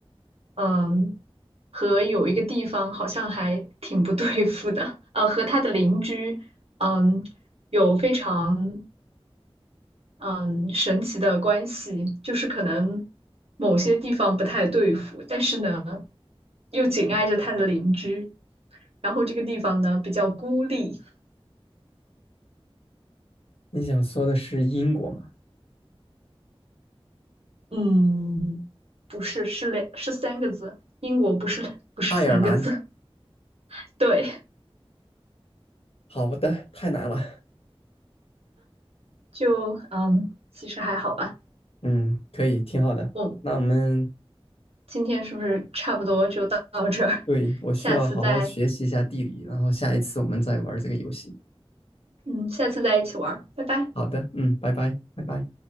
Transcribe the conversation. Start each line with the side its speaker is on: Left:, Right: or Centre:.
Right: 嗯，和有一个地方好像还挺不对付的，呃，和它的邻居，嗯，有非常嗯神奇的关系，就是可能某些地方不太对付，但是呢，又紧挨着它的邻居，然后这个地方呢比较孤立，
Left: 你想说的是英国吗？
Right: 嗯，不是，是两是三个字，英国不是不是三个字，
Left: 爱尔兰，
Right: <laughs> 对，
Left: 好的，太难了，
Right: 就嗯，其实还好吧。
Left: 嗯，可以，挺好的。
Right: 我
Left: 那我们
Right: 今天是不是差不多就到到这儿？
Left: 对我需要好好学习一下地理，
Right: <laughs> 下次再
Left: 然后下一次我们再玩这个游戏。
Right: 嗯，下次再一起玩儿，拜拜。
Left: 好的，嗯，拜拜，拜拜。